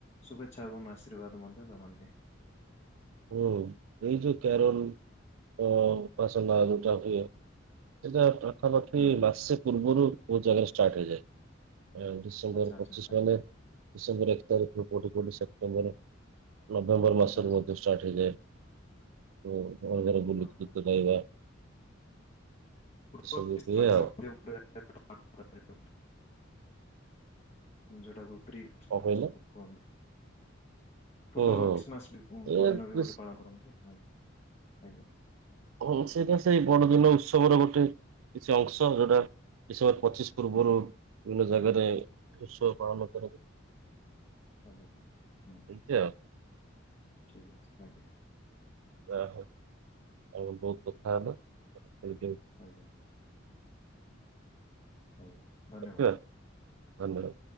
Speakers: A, on the left; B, on the right.
A: ଶୁଭେଚ୍ଛା ଏବଂ ଆଶୀର୍ବାଦ ମଧ୍ୟ ଜଣାନ୍ତି।
B: ଓଏଇ ଯେ କ୍ୟା୍ରୋଲ ଅ ପସନ୍ଦ ଆ ଜଉଟା ହୁଏ ସଏଟା ପାଖାପାଖି
A: ହୁଁ ହୁଁ
B: ମାସେ ପୂର୍ବରୁ ବହୁତ ଜାଗାରେ ଷ୍ଟାର୍ଟ ହେଇଯାଏ। ଡିସେମ୍ବର
A: ଆଚ୍ଛା ଆଚ୍ଛା
B: ପଚିଶ
A: ଆଜ୍ଞା
B: ମାନେ ଡିସେମ୍ବର ଏକ ତାରିଖରୁ କଉଠି କଉଠି ସେପ୍ଟେମ୍ବର ନଭେମ୍ବର
A: ଆଚ୍ଛା
B: ମାସରୁ
A: ଆଚ୍ଛା
B: ମଧ୍ୟ
A: ଆଚ୍ଛା
B: ଷ୍ଟାର୍ଟ ହେଇଯାଏ। ତୋ ଘରେ ଘରେ ବୁଲିକି
A: ହଁ।
B: ଗୀତ ଗାଇବା।
A: ୍ରି
B: ଏସବୁ ହୁଏ ଆଉ
A: ମଧ୍ୟ <unintelligible> <unintelligible> ଯୋଉଟାକୁ ପ୍ରି
B: କଣ କହିଲେ?
A: କନ୍ତି। ପୂର୍ବ
B: ହୁଁ ହୁଁ।
A: ଖ୍ରୀଷ୍ଟମାସ୍ ବି
B: ଏ
A: ବଡ଼ଦିନ ବି
B: ବେଶ୍-
A: ଗୋଟେ ପାଳନ କରନ୍ତି ହଁ ଆଜ୍ଞା ଆଜ୍ଞା।
B: ହଁ ସେଇଟା ସେଇ ବଡଦିନ ଉତ୍ସବର ଗୋଟେ କିଛି ଅଂଶ ଯୋଉଟା ଡିସେମ୍ବର ପଚିଶ ପୂର୍ବରୁ
A: ହୁଁ ହୁଁ
B: ବିଭିନ୍ନ ଜାଗାରେ ଉତ୍ସବ ପାଳନ କରାଯଏ।
A: ଆଜ୍ଞା ହୁଁ
B: ଏମିତି
A: ହ
B: ଆଉ।
A: ଠିକ୍ ଅଛି ଆଜ୍ଞା।
B: ଯାହଉ ଆମେ ବହୁତ କଥା ହେଲା ଖେଳି
A: ଆଜ୍ଞା। ଆଜ୍ଞା। ଧନ୍ୟବାଦ।
B: ଆଚ୍ଛା ଧନ୍ୟବାଦ।